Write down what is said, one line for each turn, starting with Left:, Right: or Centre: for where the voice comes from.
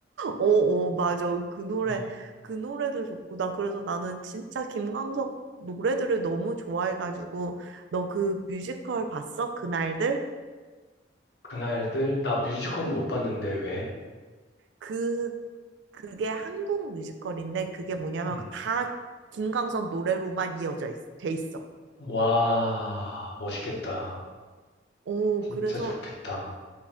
Right: 어, 어, 맞아. 그 노래,
Left: 어,
Right: 그 노래도 좋고. 나 그래서 나는 진짜 김광석 노래들을 너무 좋아해가지고. 너 그 뮤지컬 봤어? 그날들?
Left: 그날들, 나 뮤지컬은 못 봤는데 왜?
Right: 그, 그게 한국 뮤지컬인데 그게 뭐냐면
Left: 음.
Right: 다 김광석 노래로만 이어져 있, 돼 있어.
Left: 와, 멋있겠다.
Right: 오,
Left: 진짜
Right: 그래서
Left: 좋겠다.